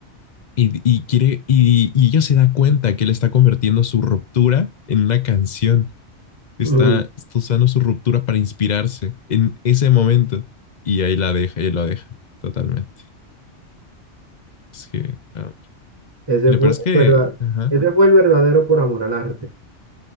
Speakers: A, on the left (about 40°); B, on the right (about 20°).
A: y, y quiere, y, y ella se da cuenta que él está convirtiendo su ruptura en una canción. está,
B: Ujú.
A: está usando su ruptura para inspirarse en ese momento. Y ahí la deja, y lo deja totalmente. Es que, ah,
B: Ese
A: y lo
B: fue
A: peor es
B: el
A: que,
B: verdad,
A: ajá,
B: ese fue el verdadero por amor al arte.